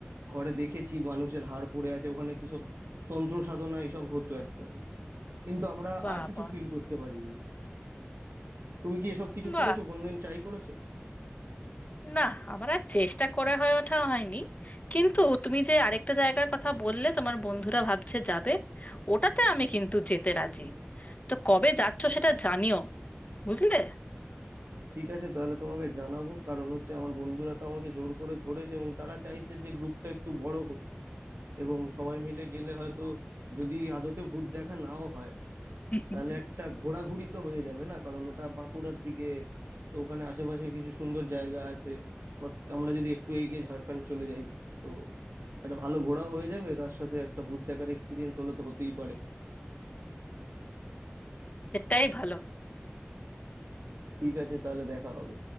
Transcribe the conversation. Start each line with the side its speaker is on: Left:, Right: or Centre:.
Right: ঘরে দেখেছি মানুষের হাড় পড়ে আছে ওখানে কি সব তন্ত্র সাধনা এসব হতো এককালে কিন্তু আমরা
Left: বাবা
Right: আর কিছু ফিল করতে পারিনি তুমি কি এসব কিছু
Left: বাহ
Right: করেছো কোনোদিন ট্রাই করেছো
Left: না আমার আর চেষ্টা করে হয়ে ওঠা হয়নি কিন্তু তুমি যে আরেকটা জায়গার কথা বললে তোমার বন্ধুরা ভাবছে যাবে ওটাতে আমি কিন্তু যেতে রাজি তো কবে যাচ্ছ সেটা জানিও বুঝলে
Right: ঠিক আছে তাহলে তোমাকে জানাবো কারণ হচ্ছে আমার বন্ধুরা তো আমাকে জোর করে ধরেছে এবং তারা চাইছে যে গ্রুপটা একটু বড় হোক এবং সবাই মিলে গেলে হয়তো যদি আদতে ভূত দেখা নাও হয়
Left: <laughs>
Right: তাহলে একটা ঘোরাঘুরি তো হয়ে যাবে না কারণ ওটা বাঁকুড়ার দিকে তো ওখানে আশেপাশে কিছু সুন্দর জায়গা আছে বা আমরা যদি একটু এগিয়ে ঝাড়খণ্ড চলে যাই তো একটা ভালো ঘোরাও হয়ে যাবে তার সাথে একটা ভূত দেখার এক্সপিরিয়েন্স হলে তো হতেই পারে
Left: এটাই ভালো
Right: ঠিক আছে তাহলে দেখা হবে